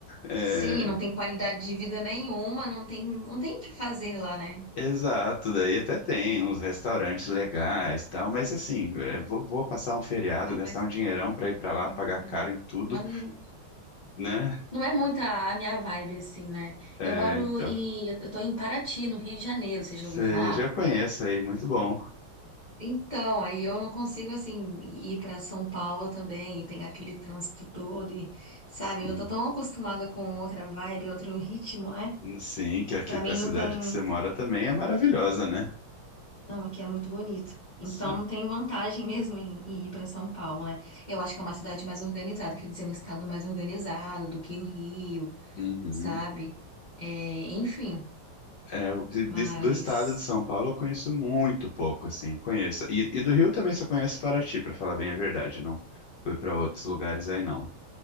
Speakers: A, on the left; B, on the left.
A: É,
B: Sim, não tem qualidade de vida nenhuma, não tem, não tem o que fazer lá, né?
A: exato, daí até tem uns restaurantes legais, e tal, mas assim, é, vou, vou passar um feriado, gastar
B: Mas,
A: um dinheirão para ir para lá,
B: hum,
A: pagar caro em tudo,
B: mas não
A: né?
B: não é muito a, a minha vibe, assim, né?
A: É,
B: Eu moro
A: então,
B: em, eu eu tô em Paraty, no Rio de Janeiro, você
A: você
B: já ouviu falar?
A: já conhece aí, muito bom.
B: Então, aí eu não consigo, assim, ir para São Paulo também e pegar aquele trânsito todo e, sabe,
A: Sim,
B: eu já tô tão acostumada com outra vibe, outro ritmo, né?
A: sim, que aqui-
B: Pra mim
A: a cidade
B: não tem.
A: que você mora também é maravilhosa, né?
B: Não, aqui é muito bonito. Então
A: Sim.
B: não tem vantagem mesmo em, em ir para São Paulo, né? Eu acho que é uma cidade mais organizada, quer dizer, um estado mais organizado do que o Rio,
A: Uhum.
B: sabe? É, enfim,
A: É, o de- de-
B: mas
A: do estado de São Paulo eu conheço muito pouco, assim, eu conheço. E, e do Rio também só conheço Paraty, para falar bem a verdade, não fui para outros lugares aí não.